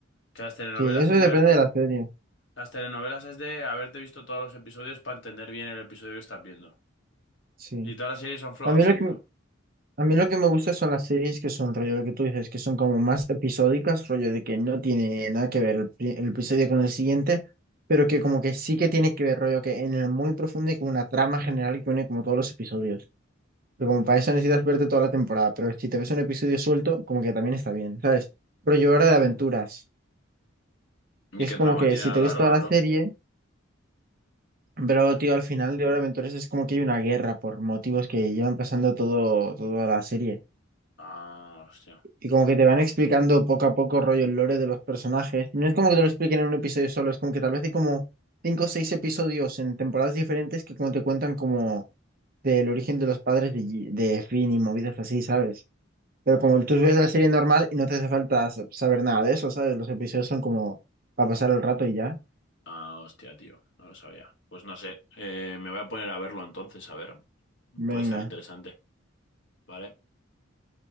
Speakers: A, on the left; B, on the right.
A: Que las telenovelas
B: sí, eso
A: es
B: depende
A: de verte...
B: de la serie.
A: Las telenovelas es de haberte visto todos los episodios para entender bien el episodio que estás viendo.
B: Sí.
A: Y todas las series son flow
B: A mí
A: así,
B: lo que,
A: bro.
B: A mí lo que me gusta son las series que son rollo lo que tú dices, que son como más episódicas, rollo de que no tiene nada que ver el, pri- el episodio con el siguiente, pero que como que sí que tiene que ver rollo que en el muy profundo y con una trama general que une como todos los episodios. Pero como para eso necesitas verte toda la temporada, pero si te ves un episodio suelto, como que también está bien, ¿sabes? Rollo Hora de Aventuras,
A: ¿Y
B: que
A: qué
B: es como
A: trama
B: que
A: tiene
B: si
A: a
B: te
A: la larga,
B: ves toda la
A: bro?
B: serie, pero tío, al final de Hora de Aventuras es como que hay una guerra por motivos que llevan pasando todo, toda la serie.
A: Ah, hostia.
B: Y como que te van explicando poco a poco rollo el lore de los personajes. no es como que te lo expliquen en un episodio solo, es como que tal vez hay como cinco o seis episodios en temporadas diferentes que como te cuentan como del origen de los padres de, Ye- de Finn y movidas así, ¿sabes? Pero como tú ves la serie normal y no te hace falta sa- saber nada de eso, ¿sabes? Los episodios son como para pasar el rato y ya.
A: Ah, hostia, tío, no lo sabía. Pues no sé, eh, me voy a poner a verlo entonces, a ver.
B: Venga,
A: Puede estar interesante, ¿vale?